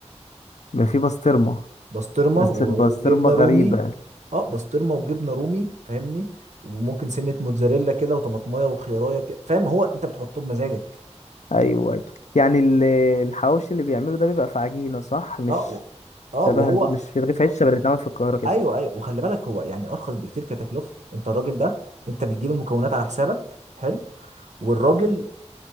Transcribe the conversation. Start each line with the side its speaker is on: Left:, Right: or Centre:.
Left: ما في بسطرمه
Right: بسطرمه
Left: بس
Right: وجبنه
Left: البسطرمه غريبه
Right: رومي اه بسطرمه وجبنه رومي فاهمني وممكن سنه موتزاريلا كده وطماطمايه وخيرايه كده فاهم هو انت بتحطه بمزاجك
Left: ايوه أيوة. يعني ال- الحواوشي اللي بيعمله ده بيبقى في عجينه صح مش
Right: اه و... اه
Left: شبه
Right: وهو
Left: مش في رغيف عيش شبه اللي بيتعمل في القاهره كده
Right: ايوه ايوه وخلي بالك هو يعني ارخص بكتير كتكلفه انت الراجل ده انت بتجيب المكونات على حسابك حلو والراجل